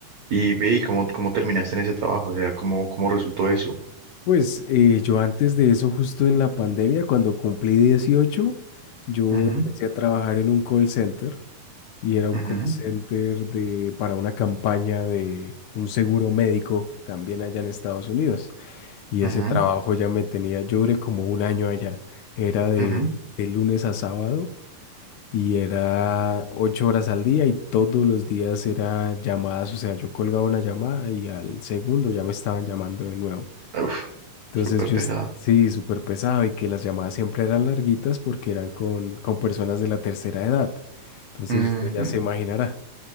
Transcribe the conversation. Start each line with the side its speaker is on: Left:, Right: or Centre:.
Right: Y ve, ¿y cómo, cómo terminaste en ese trabajo? O sea, ¿cómo, cómo resultó eso?
Left: Pues eh, yo antes de eso, justo en la pandemia, cuando cumplí 18 yo
Right: Ujú,
Left: empecé a trabajar en un call center y era un
Right: ujú,
Left: call center de, para una campaña de un seguro médico también allá en Estados Unidos. Y ese
Right: ujú.
Left: trabajo ya me tenía, yo duré como un año allá. Era de,
Right: Ujú.
Left: de lunes a sábado y era ocho horas al día y todos los días era llamadas, o sea, yo colgaba una llamada y al segundo ya me estaban llamando de nuevo.
Right: Uf,
Left: Entonces
Right: súper
Left: yo,
Right: pesado.
Left: est- sí, súper pesado y que las llamadas siempre eran larguitas porque eran con, con personas de la tercera edad. Entonces
Right: Ujú,
Left: usted ya se imaginará.